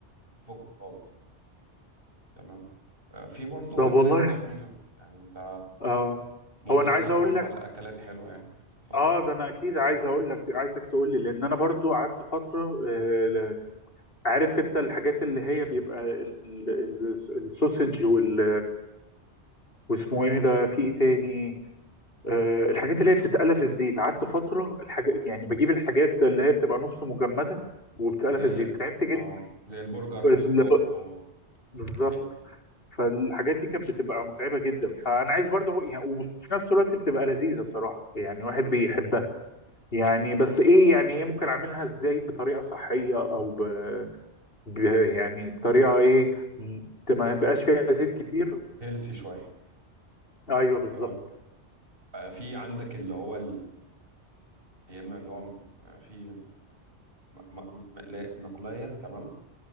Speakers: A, on the right; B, on the left.
A: تفك خالص يعني تمام آه، في برضو
B: طب
A: اكلات
B: والله
A: جميلة يعني انت
B: اه
A: ممكن
B: هو انا
A: اقول
B: عايز
A: لك
B: اقول
A: برضو
B: لك
A: على اكلات حلوة يعني اتفضل
B: اه ده انا اكيد عايز اقول لك عايزك تقول لي لان انا برضو قعدت فترة آه، ل- عارف انت الحاجات اللي هي بيبقى ال- ال- السوسج وال واسمه ايه ده في ايه تاني آه، الحاجات اللي هي بتتقلى في الزيت قعدت فترة الحاجة يعني
A: مم.
B: بجيب الحاجات اللي هي بتبقى نص مجمدة وبتتقلى
A: زي
B: في الزيت تعبت جدا
A: اه زي البرجر والسجق
B: اللي ب...
A: اه
B: بالظبط
A: ايوه
B: فالحاجات دي كانت بتبقى متعبة جدا فأنا عايز برضه يعني وفي نفس الوقت بتبقى لذيذة بصراحة يعني واحد بيحبها يعني بس إيه يعني إيه ممكن أعملها إزاي بطريقة صحية أو ب... ب... يعني بطريقة إيه م- ما بقاش فيها زيت كتير
A: هيلسي شوية
B: أيوه بالظبط
A: تمام آه، في عندك اللي هو يا اما اللي هو م- في م- م- مقلا- مقلايه تمام